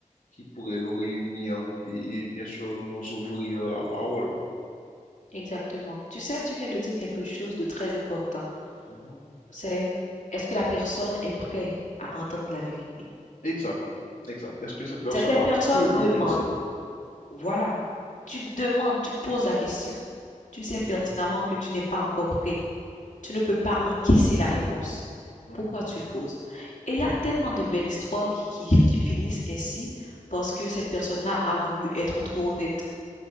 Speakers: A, on the left; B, on the left.
A: qui pourrait nous réunir et, et bien sûr nous ouvrir la parole.
B: exactement. Tu sais, tu viens de dire quelque chose de très important.
A: Mhm.
B: C'est est-ce que la personne est prête à entendre la vérité?
A: Exact, exact. Est-ce que cette personne-là
B: Certaines personnes
A: peut encaisser?
B: demandent, voilà, tu demandes, tu poses la question. Tu sais
A: Mhm.
B: pertinemment que tu n'es pas encore prêt. Tu ne peux pas encaisser la réponse.
A: Mhm.
B: Pourquoi tu le poses? Et il y a tellement de belles histoires qui, qui, qui finissent ainsi parce que cette personne-là a voulu être trop honnête.